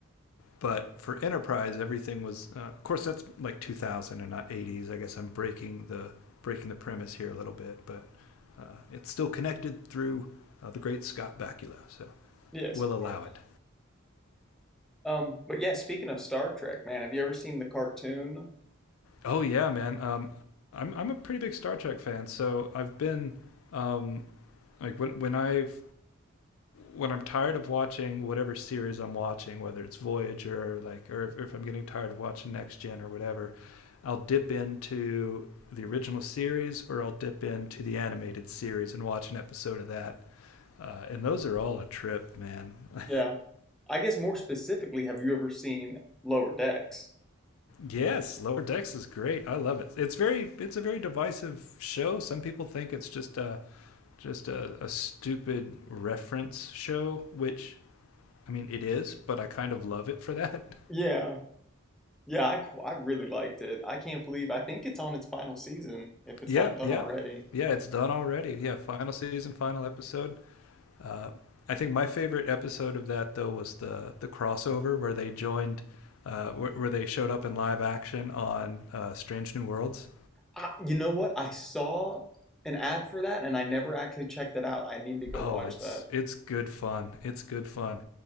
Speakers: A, on the left; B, in the centre.
A: but for enterprise, everything was. Uh, of course, that's like 2000 and not 80s. I guess I'm breaking the breaking the premise here a little bit, but uh, it's still connected through uh, the great Scott Bakula, so
B: Yes,
A: we'll
B: of
A: allow
B: course.
A: it.
B: Um, but yeah, speaking of Star Trek, man, have you ever seen the cartoon?
A: Oh yeah, man. Um, I'm I'm a pretty big Star Trek fan, so I've been um, like when when I've when I'm tired of watching whatever series I'm watching, whether it's Voyager or like, or if, or if I'm getting tired of watching Next Gen or whatever, I'll dip into the original series or I'll dip into the animated series and watch an episode of that. Uh, and those are all a trip, man. <laughs>
B: Yeah. I guess more specifically, have you ever seen Lower Decks?
A: yes, Lower Decks is great. I love it. It's very, it's a very divisive show. Some people think it's just a, just a, a stupid reference show, which I mean it is, but I kind of love it for that. <laughs>
B: Yeah. Yeah, I, qu- I really liked it. I can't believe I think it's on its final season if it's
A: Yeah,
B: not done
A: yeah,
B: already.
A: yeah. It's done already. Yeah, final season, final episode. Uh, I think my favorite episode of that though was the the crossover where they joined, uh, where, where they showed up in live action on uh, Strange New Worlds.
B: I, you know what? I saw an ad for that and I never actually checked it out. I need to go
A: Oh,
B: watch
A: it's
B: that.
A: it's good fun. It's good fun.